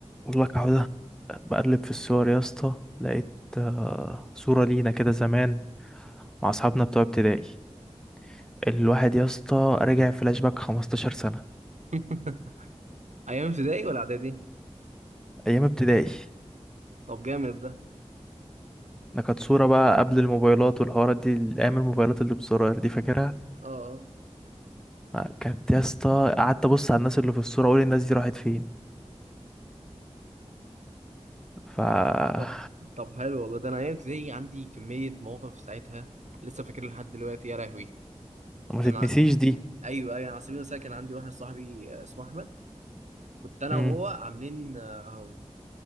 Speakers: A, in the centre; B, on the right.
A: والله اهو ده بقلب في الصور يا اسطى لقيت آه، صورة لينا كده زمان مع اصحابنا بتوع ابتدائي الواحد يا اسطى رجع فلاش باك 15 سنة
B: <laughs> ايام ابتدائي ولا اعدادي
A: ايام ابتدائي
B: طب جامد ده
A: ده كانت صورة بقى قبل الموبايلات والحوارات دي ايام الموبايلات اللي بزراير دي فاكرها
B: اه آه.
A: آه، كانت يا اسطى قعدت ابص على الناس اللي في الصورة اقول الناس دي راحت فين ف آه،
B: طب طب حلو والله ده انا ايام ابتدائي عندي كميه مواقف ساعتها لسه فاكر لحد دلوقتي يا لهوي
A: ما تتنسيش
B: انا
A: دي
B: ايوه ايوه انا على سبيل المثال كان عندي واحد صاحبي آه، اسمه احمد كنت انا
A: مم.
B: وهو عاملين آه،